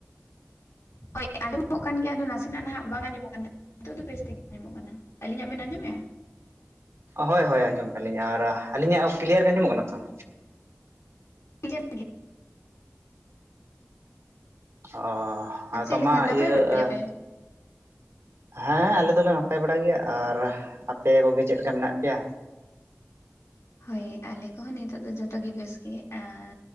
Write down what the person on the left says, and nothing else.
ᱦᱳᱭ ᱟᱸᱡᱚᱢᱚᱜ ᱠᱟᱱ ᱜᱮᱭᱟ ᱟᱫᱚ ᱱᱟᱥᱮ ᱱᱟᱦᱟᱸᱜ᱾ ᱵᱟᱝ ᱟᱸᱡᱚᱢᱚᱜ ᱠᱟᱱ ᱛᱟᱦᱮᱸ ᱱᱤᱛᱚᱜ ᱫᱚ ᱵᱮᱥ ᱛᱮᱜ ᱟᱸᱡᱚᱢᱚᱜ ᱠᱟᱱᱟ ᱾ ᱟᱹᱞᱤᱧᱟᱜ ᱵᱮᱱ ᱟᱸᱡᱚᱢᱮᱫᱼᱟ?
<unintelligible>
ᱪᱮᱫ ᱞᱮᱠᱟ
ᱱᱟᱯᱟᱭ
ᱵᱟᱲᱟᱭ ᱜᱮᱭᱟ ᱯᱮ?
ᱦᱳᱭ ᱟᱞᱮ ᱠᱚᱦᱚ ᱱᱤᱛᱚᱜ ᱫᱚ ᱡᱚᱛᱚ ᱜᱮ ᱵᱮᱥ ᱜᱮ ᱟᱨ